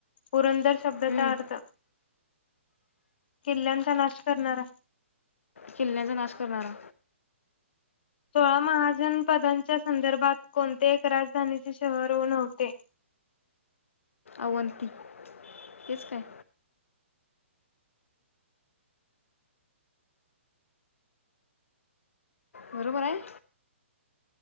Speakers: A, on the left; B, on the left.
A: पुरंदर शब्दाचा
B: हम्म,
A: अर्थ किल्ल्यांचा नाश करणारा
B: किल्याचा नाश करणारा
A: सोळा महाजनपदांच्या संदर्भात कोणते एक राजधानीचे शहर व नव्हते
B: अवंती <inaudible> तेच काय? बरोबर हाय